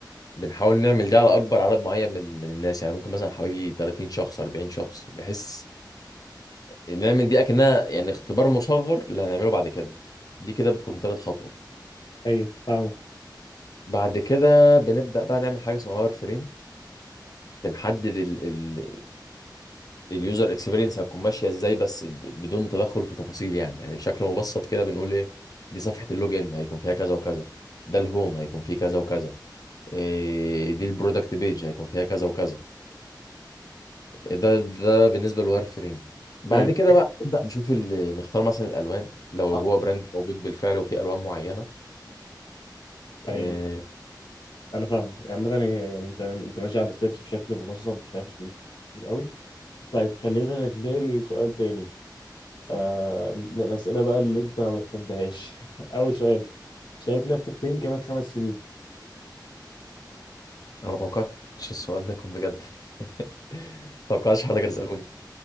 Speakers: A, on the left (about 55°); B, on the left (about 80°).
A: بنحاول نعمل ده على اكبر عدد معين من من الناس يعني ممكن مثلا حوالي 30 شخص 40 شخص بحيث نعمل دي اكنها يعني اختبار مصغر اللي هنعمله بعد كده دي كده بتكون تالت خطوه
B: طيب فاهم
A: بعد كده بنبدا بقى نعمل حاجه اسمها واير فريم بنحدد ال ال اليوزر اكسبيرينس هتكون ماشيه ازاي بس ب- بدون تدخل في تفاصيل يعني يعني بشكل مبسط كده بنقول ايه دي صفحه اللوجن هيكون فيها كذا وكذا ده الهوم هيكون فيه كذا وكذا إيه دي البرودكت بيج هيكون فيها كذا وكذا ده ده بالنسبه للواير فريم بعد
B: طيب
A: كده بقى نبدا نشوف ال- نختار مثلا الالوان لو
B: صح
A: هو براند موجود بالفعل وفيه الوان معينه
B: طيب
A: إيه،
B: انا فاهم يعني مثلا هي- يعني انت انت ماشي على الستبس بشكل منظم بشكل كبير قوي طيب خلينا ننتقل لسؤال تاني آه ال- الاسئله بقى اللي انت ما بتحبهاش <laughs> اول سؤال شايف نفسك فين كمان خمس سنين
A: انا ما توقعتش السؤال ده يكون بجد <laughs> ما توقعتش حد كان يسالوني